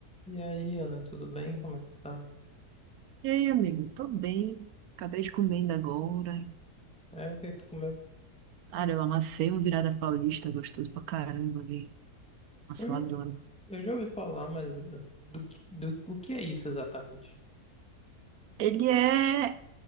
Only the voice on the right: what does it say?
Ei, amigo, tô bem. Acabei de comer ainda agora.
Cara, eu amassei um virada paulista, gostoso pra caramba, velho. Nossa,
eu adoro.
Ele é...